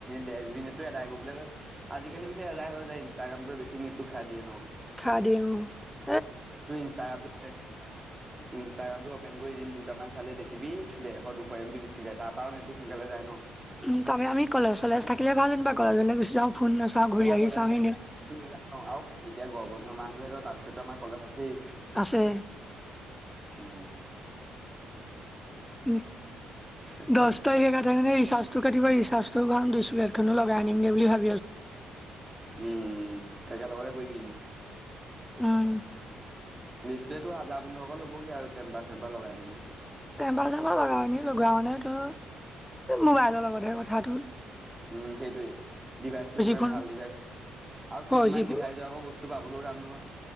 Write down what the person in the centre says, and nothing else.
খা দে অহ
উম তাতে আমি কলেজ থাকিলে ভাল যেন বা কলেজ বিললে গুচি যাওঁ ফোন নচাও ঘূৰি
আহ আহি
চামি নে
আছে
উম
দহ তাৰিখে থাকালে ৰিচাৰ্জ কাটতিা ৰিচাৰ্জটো ভাল দিছ প্লে এখনো লগাই আনিমগে বুলি ভ
অহ
টেম্পাৰ চেম্পাৰ লগাও এ লগোৱা মানে ত মোবাইলৰ লগতহে কথাটোৰ
ফোন
ফ'ৰ
জি ফোন